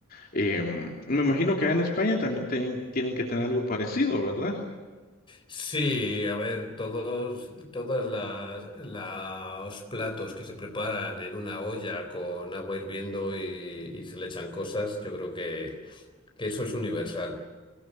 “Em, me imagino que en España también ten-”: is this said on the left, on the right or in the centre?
Left